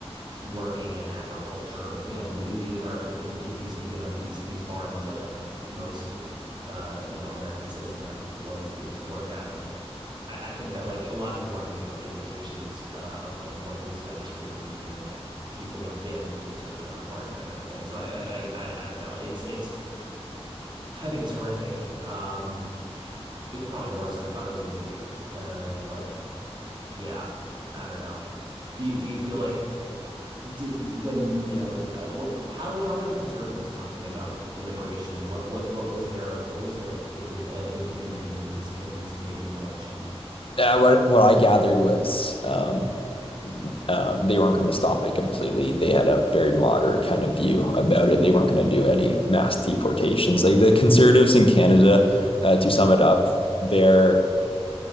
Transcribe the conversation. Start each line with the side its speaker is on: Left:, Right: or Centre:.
Right: working in agriculture, you know, th- these are it, it, these, you know, these these farms that like most uh, you know, American citizens aren't willing to to work at. Like, I, I think that like a lot of people aren't thinking about the implications uh, of like what this is actually going to mean and like people, you know, families being t torn apart and that kind of thing. So I I I I I don't know. It's it's <sighs> I think it's horrific. Um, it's probably worse than I thought it was going to be. Uh, but yeah, I don't know. Do you, do you feel like did when you know uh, what how how are the conservatives talking about immigration? What what what was their what was their take uh, in in in in this ca- in this Canadian election?
Left: Uh, what what I gathered was um, um, they weren't going to stop it completely. They had a very moderate kind of view about it. They weren't going to do any mass deportations. Like the conservatives in Canada, uh, to sum it up, they're